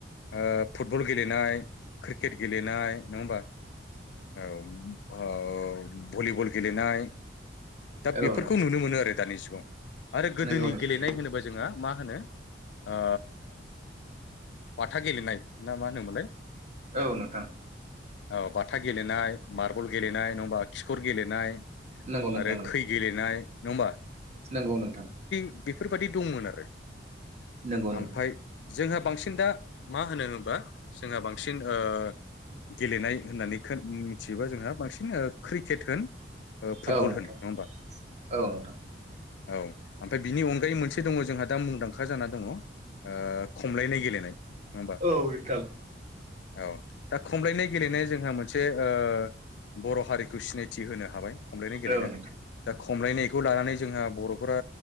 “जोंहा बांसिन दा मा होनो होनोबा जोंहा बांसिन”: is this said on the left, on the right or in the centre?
Left